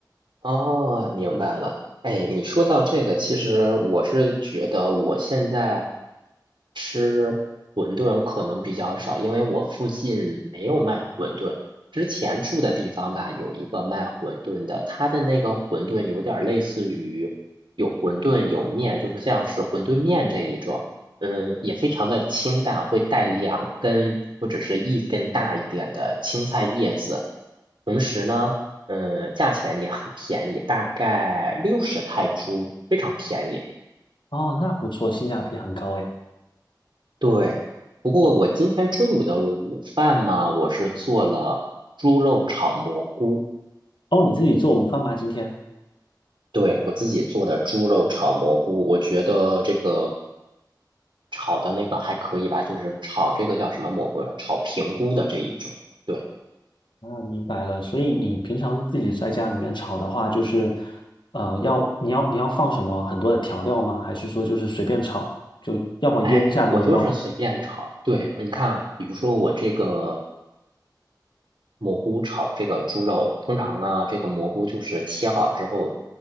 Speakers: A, on the right; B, on the left.
A: 哦，明白了。哎，你说到这个，其实我是觉得我现在吃馄饨可能比较少，因为我附近没有卖馄饨。之前住的地方吧，有一个卖馄饨的，他的那个馄饨有点儿类似于有馄饨有面，就是这样是馄饨面这一种。嗯，也非常的清淡，会带两根或者是一根大一点的青菜叶子。同时呢。嗯，价钱也很便宜，大概六十泰铢，非常便宜。
B: 啊。那不错，性价比很高诶。
A: 对，不过我今天中午的午饭嘛，我是做了猪肉炒蘑菇，
B: 哦，你自己做午饭吗？今天？
A: 对，我自己做的猪肉炒蘑菇，我觉得这个炒的那个还可以吧，就是炒这个叫什么蘑菇啊？炒平菇的这一种。对，
B: 明白了，所以你平常自己在家里面炒的话，就是，呃，要你要你要放什么很多的调料吗？还是说就是随便炒，就要不要腌一下那个肉？
A: 哎，我就是随便炒。对，你看，比如说我这个。蘑菇炒这个猪肉，通常呢，这个蘑菇就是切好之后，